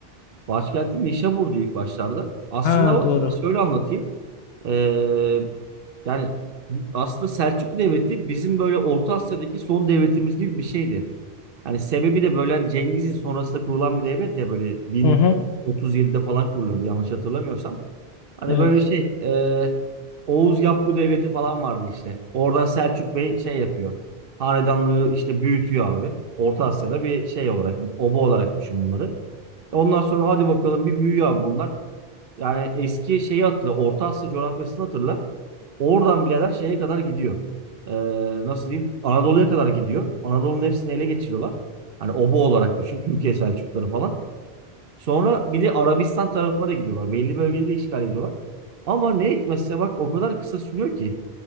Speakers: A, on the right (about 65°); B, on the left (about 75°).
A: Başkenti Nişabur'du ilk başlarda. Aslında
B: Ha
A: var.
B: doğru.
A: Şöyle anlatayım. Ee, Yani aslında Selçuklu Devleti bizim böyle Orta Asya'daki son devletimiz gibi bir şeydi. Hani sebebi de böyle hani Cengiz'in sonrasında kurulan bir devlet ya böyle 1037'de
B: Hı hı.
A: falan kuruluyordu yanlış hatırlamıyorsam. Hani
B: Evet.
A: böyle şey e, Oğuz Yapgu Devleti falan vardı işte. Oradan Selçuk Bey şey yapıyor. Hanedanlığı işte büyütüyor abi. Orta Asya'da bir şey olarak, oba olarak düşün bunları. Ondan sonra hadi bakalım bir büyüyor abi bunlar. Yani eski şeyi hatırla, Orta Asya coğrafyasını hatırla. Oradan birader şeye kadar gidiyor. Ee, nasıl diyeyim? Anadolu'ya kadar gidiyor. Anadolu'nun hepsini ele geçiriyorlar. Hani obo olarak düşün. Türkiye Selçukları falan. Sonra bir de Arabistan tarafına da gidiyorlar. Belli bölgeleri işgal ediyorlar. Ama ne hikmetse bak o kadar kısa sürüyor ki.